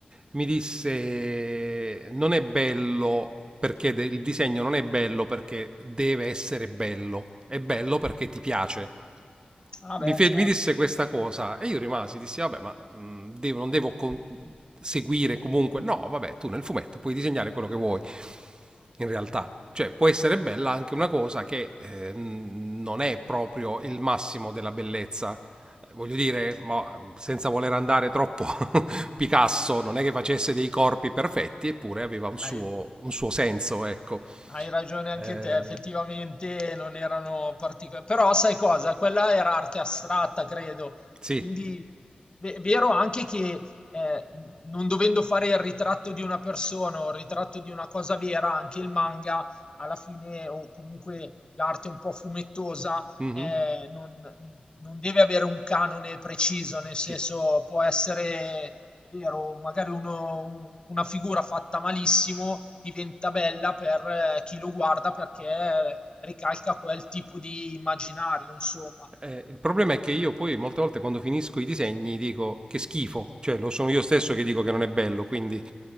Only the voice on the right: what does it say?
mi disse non è bello perché de- il disegno non è bello perché deve essere bello, è bello perché ti piace.
Mi,
fe-
mi disse questa cosa e io rimasi, dissi vabbè, ma mh, devo- non devo con- seguire comunque. No, vabbè, tu nel fumetto puoi disegnare quello che vuoi, in realtà. Cioè, può essere bella anche una cosa che eh, n- non è proprio il massimo della bellezza. Eh, Voglio dire, ma mm, senza voler andare troppo, <laughs> Picasso non è che facesse dei corpi perfetti, eppure aveva un suo,
un suo senso, ecco.
Eh,
sì,
mhm,
sì.
Eh, il problema è che io poi molte volte quando finisco i disegni dico che schifo, cioè lo sono io stesso che dico che non è bello, quindi